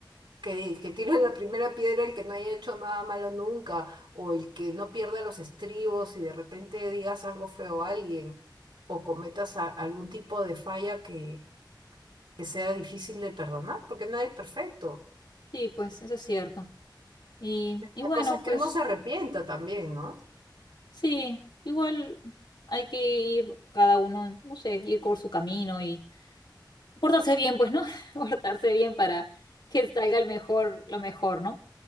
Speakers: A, on the right (about 80°); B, on the left (about 65°).
A: Que, que tire la primera piedra el que no haya hecho nada malo nunca, o el que no pierda los estribos y de repente digas algo feo a alguien, o cometas a- algún tipo de falla que, que sea difícil de perdonar, porque nadie es perfecto.
B: sí, pues eso es cierto. Y, y
A: La
B: bueno,
A: cosa es
B: pues
A: que uno se arrepienta también, ¿no?
B: sí, igual hay que ir cada uno, no sé, ir por su camino y portarse bien, pues, ¿no? <laughs> Portarse bien para que salga el mejor, lo mejor, ¿no?